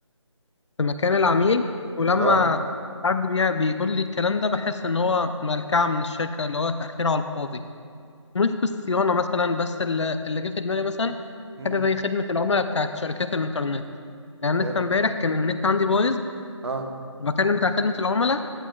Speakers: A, on the left; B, on the right.
A: في مكان العميل ولما
B: اه
A: حد بي- بيقول لي الكلام ده بحس ان هو ملكعة من الشركة اللي هو تأخير على الفاضي مش في الصيانة مثلا بس اللي اللي جه في دماغي مثلا
B: امم
A: حاجة زي خدمة العملاء بتاعت شركات الإنترنت يعني
B: حلو
A: لسه امبارح كان النت عندي بايظ
B: اه
A: وبكلم بتاع خدمة العملاء